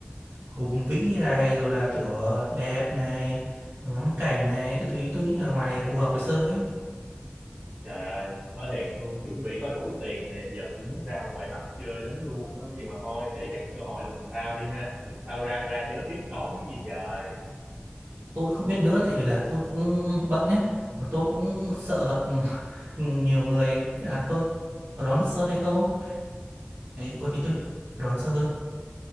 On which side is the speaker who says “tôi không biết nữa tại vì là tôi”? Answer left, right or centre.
Right